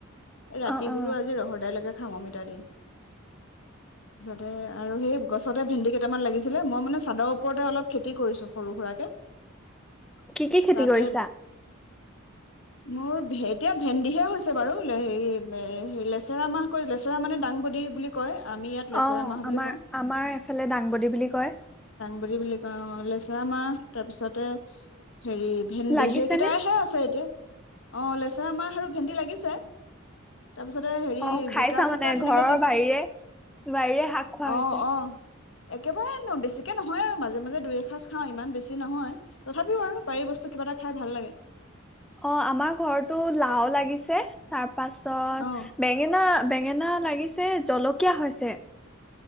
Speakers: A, on the left; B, in the centre.
A: ৰাতি
B: অ অ
A: বোলো আজি ৰহৰদাইলকে খাওঁ অমিতাদি। যতে আৰু সেই গছতে ভেন্দি কেইটামান লাগিছিলে মই মানে চাদৰ ওপৰতে অলপ খেতি কৰিছোঁ সৰু সুৰাকে।
B: কি কি খেতি
A: তাতে
B: কৰিছা?
A: মোৰ ভে এতিয়া ভেন্দিহে হৈছে বাৰু, লে হেৰি মে হেৰি লেচেৰা মাহ কৰি লেচেৰা মানে দাংবদী বুলি কয়। আমি ইয়াত লেচেৰা
B: অহ,
A: মাহ বুলি
B: আমাৰ
A: কওঁ
B: আমাৰ এফালে দাংবদী বুলি কয়।
A: <unintelligible> বুলি কয় অ'। লেচেৰা মাহ তাৰপিছতে হেৰি ভেন্দি
B: লাগিছেনে
A: সেইকেইটাইহে আছে এতিয়া। অ', লেচেৰা মাহ আৰু ভেন্দি লাগিছে। তাৰপিছতে হেৰি
B: অ', খাইছা
A: জিকা চিকা
B: মানে
A: তেনেকে
B: ঘৰৰ
A: দিছো
B: বাৰীৰে, বাৰীৰে শাক খোৱা
A: অ
B: হৈছে।
A: অ একেবাৰে ন' বেছিকে নহয় আৰু মাজে মাজে দুই এসাঁজ খাওঁ ইমান বেছি নহয়। তথাপিও আৰু বাৰীৰ বস্তু কিবা এটা খাই ভাল লাগে।
B: অ', আমাৰ ঘৰতো লাও লাগিছে। তাৰ পাছত
A: অ
B: বেঙেনা বেঙেনা লাগিছে জলকীয়া হৈছে।